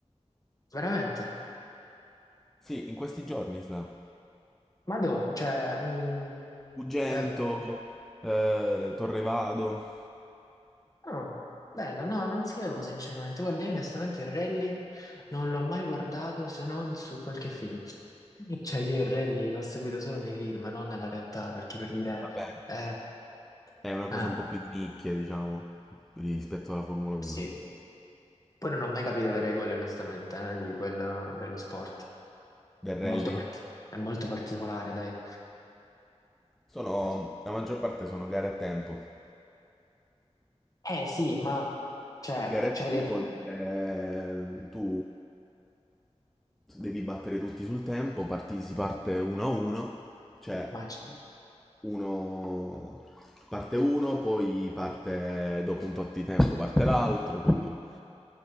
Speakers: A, on the left (about 30°); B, in the centre.
A: Veramente?
B: Sì, in questi giorni sta.
A: Ma dove? Cioè, mm,
B: Ugento,
A: eh,
B: eh, Torrevado.
A: ah, bella, no, non sapevo sinceramente. Guarda, io onestamente il rally non l'ho mai guardato se non su qualche film. <laughs> Cioè, io il rally l'ho seguito solo nei film, non nella realtà, perché per dire,
B: Va bene.
A: eh,
B: È una cosa
A: ah,
B: un po' più di nicchia, diciamo, rispetto alla Formula 1.
A: sì. Poi non ho mai capito le regole, onestamente, eh, di quella, dello sport.
B: Del
A: Molto
B: rally?
A: parti- è molto particolare, dai.
B: Sono, la maggior parte sono gare a tempo.
A: Eh sì, ma, cioè,
B: Gare a
A: c'hai
B: tempo,
A: le...
B: eh, tu devi battere tutti sul tempo, parti, si parte uno a uno, cioè
A: Ma, c-
B: uno parte uno, poi parte dopo un tot di tempo parte l'altro, quindi...